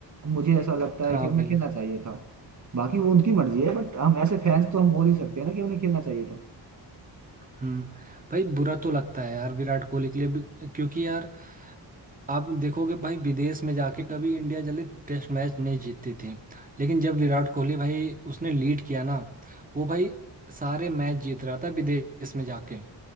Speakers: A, on the right (about 40°); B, on the right (about 20°).
A: मुझे ऐसा लगता
B: हाँ
A: है कि उन्हें
B: भाई
A: खेलना चाहिए था बाकी वो उनकी मर्जी है बट हम ऐसे फैंस तो हम बोल ही सकते हैं ना कि उन्हें खेलना चाहिए था
B: हम्म भाई बुरा तो लगता है यार विराट कोहली के लिए भी क्योंकि यार आप देखोगे भाई विदेश में जाके कभी इंडिया जल्दी टेस्ट मैच नहीं जीतती थी लेकिन जब विराट कोहली भाई उसने लीड किया ना वो भाई सारे मैच जीत रहा था विदेश में जाके